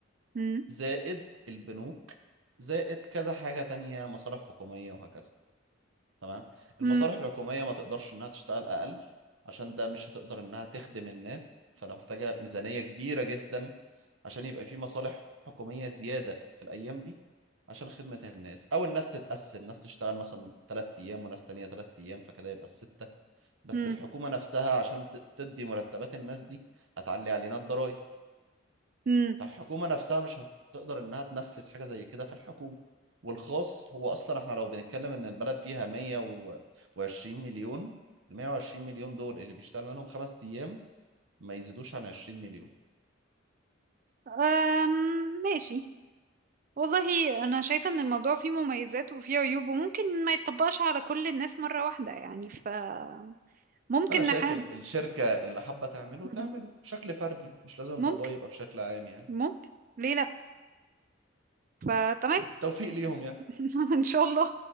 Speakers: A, on the right (about 40°); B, on the right (about 75°).
A: مم.
B: زائد البنوك زائد كذا حاجة تانية مصالح حكومية وهكذا تمام المصالح
A: مم.
B: الحكومية ما تقدرش انها تشتغل اقل عشان ده مش هتقدر انها تخدم الناس فلو محتاجة ميزانية كبيرة جدا عشان يبقى في مصالح حكومية زيادة في الايام دي عشان خدمة الناس او الناس تتقسم ناس تشتغل مثلا ثلاث ايام وناس تانية ثلاث ايام فكده يبقى الستة بس
A: مم.
B: الحكومة نفسها عشان ت- تدي مرتبات الناس دي هتعلي علينا الضرايب
A: مم.
B: فالحكومة نفسها مش هتقدر إنها تنفذ حاجة زي كده في الحكومة والخاص هو أصلا إحنا لو بنتكلم إن البلد فيها 120 مليون ال 120 مليون دول اللي بيشتغل منهم خمس أيام ما يزيدوش عن 20 مليون
A: أم ماشي والله أنا شايفة إن الموضوع فيه مميزات وفيه عيوب وممكن ما يتطبقش على كل الناس مرة واحدة يعني فممكن
B: أنا شايف
A: نحاول
B: ال- الشركة اللي حابة تعمله
A: <laughs>
B: تعمله بشكل فردي مش لازم الموضوع
A: ممكن
B: يبقى بشكل عام يعني
A: ممكن ليه لأ فتمام
B: بالتوفيق ليهم يعني
A: <laughs> إن شاء الله